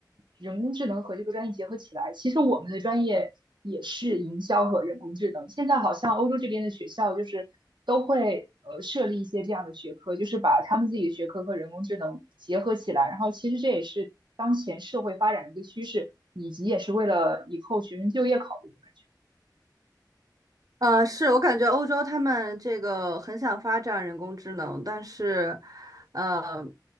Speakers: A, on the right; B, on the right.
A: 人工智能和这个专业结合起来。其实我们的专业也是营销和人工智能。现在好像欧洲这边的学校就是都会呃设立一些这样的学科，就是把他们自己的学科和人工智能结合起来。然后其实这也是当前社会发展的一个趋势，以及也是为了以后学生就业考虑，我感觉。
B: 呃，是我感觉欧洲他们这个很想发展人工智能，但是，呃，